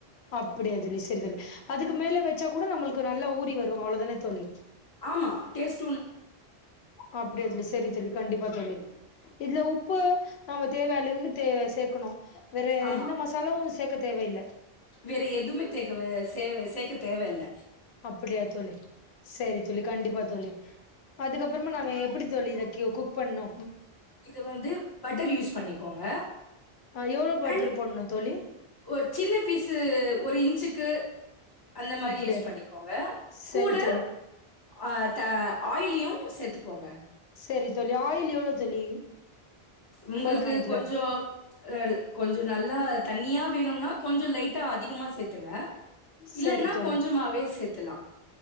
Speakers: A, on the left; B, on the left.
A: அப்டியா தோழி சரி தோழி அதுக்கு மேல வச்சா கூட நம்ளுக்கு நல்லா ஊரி வரு அவ்ளதானே தோழி
B: ஆமா டேஸ்ட்
A: அப்டியா தோழி செரி தோழி கண்டிப்பா தோழி இதுல உப்பு பு நம தேவ அளவுக்குத் தே சேக்கணு வேற
B: ஆமா.
A: எந்த மசாலாவூ சேக்க தேவயில்ல
B: வேற எதுவுமே தேக்கவ சேவ சேக்க தேவ இல்ல
A: அப்டியா தோழி செரி தோழி கண்டிபா தோழி அதுக்கப்றம நாம எப்டி தோழி இத கெ குக் பண்ணூ
B: இது வந்து பட்டர் யூஸ் பண்ணிக்கோங்க
A: ஆ எவ்ளோ பட்டர்
B: அண்ட்
A: போட்ணு தோழி
B: ஒரு சின்ன பீஸு ஒரு இன்ச்சுக் கு அந்த மாரி
A: அப்டியா
B: யூஸ் பண்ணிக்கோங்க
A: சரி
B: கூட
A: தோழி
B: ஆ க ஆயிலியூ சேத்துக்கோங்க
A: செரி தோழி ஆயில் எவ்ளோ தோழி
B: உங்கள்க்கு
A: போடணு இதுல
B: கொஞ்சோ அதாவ்து <unintelligible> கொஞ்சோ நல்லா தண்ணியா வேணூனா கொஞ்சோ லைட் டா அதிகமா சேத்துங்க இல்லன்னா
A: சரி தோழி
B: கொஞ்சமாவே சேத் துல்லா